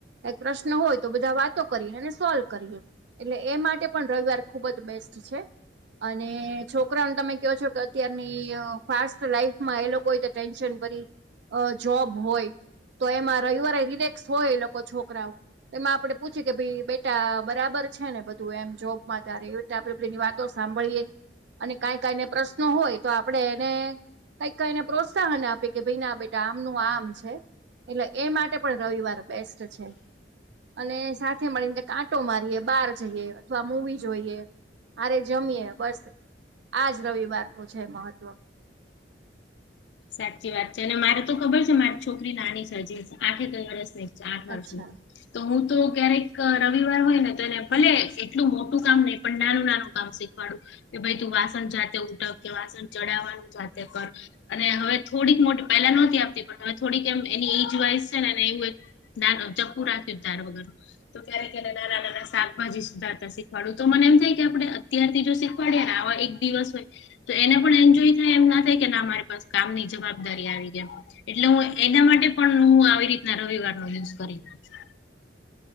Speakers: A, on the right; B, on the left.
A: કઈક પ્રશ્ન હોય તો બધા વાતો કરીએ અને સોલ્વ કરીએ. એટલે એ માટે પણ રવિવાર ખુબ જ બેસ્ટ છે. અને છોકરાને તમે કહો છો કે અત્યારની ફાસ્ટ લાઈફમાં એ લોકોઈ. ટેન્શન ભરી જોબ હોય. તો એમાં રવિવારે રિલેક્સ હોય એ લોકો છોકરાઓ તો એમાં આપડે પૂછ કે ભાઈ બેટા બરાબર. છે ને બધું એમ જોબ માં તાર આપડેની વાતો સાંભળીએ. અને કઈ કઈને પ્રશ્નો હોય તો આપડણે એને. કઈક એને પ્રોત્સાહન આપે કે ભાઈ ના બેટા આમનું આમ છે. એટલે એ માટે પણ રવિવાર બેસ્ટ છે. અને સાથે મળીને કે આટો મારીએ. બાર જઈએ અથવા મૂવી જોઈએ અને જમીએ બસ. આજ રવિવાર નું છે મહત્વ.
B: સાચી વાત છે અને મારે તો ખબર છે મારી છોકરી નાની છે હજી આઠે કઈ વર્ષ નહી. ચ આઠ વર્ષની
A: અચ્છા
B: તો હું તો ક્યારેક રવિવાર હોય ને તો એને ભલે એટલું મોટું કામ નહી પણ નાનું નાનું. કામ શીખવાડું કે ભાઈ તું વાસણ જાતે ઉટ કે વાસણ ચડાવવાનું જાતે કર. અને હવે થોડીક મોટી પહેલા નહોતી આપતી પણ હવે થોડીક એમ એની એજ વાઈઝ છે નેને એવું. ના ચપ્પુ રાખ્યું તાર વગરનું તો ક્યારે નાના નાના શાક શાકભાજી સધારતા શીખવાડું તો મને એમ થાય કે આપડે અત્યારથી જો શીખવાડ્યા ને આવા એક દિવસ હોય. તો એને પણ એન્જોય થાય એમ ના થાય કે ના અમારી પાસે કામ ની જવાબદારી આવી ગયા. એટલે હું એના માટે પણ હું આવી રીતના રવિવારનો યુઝ કરી લઉં છ.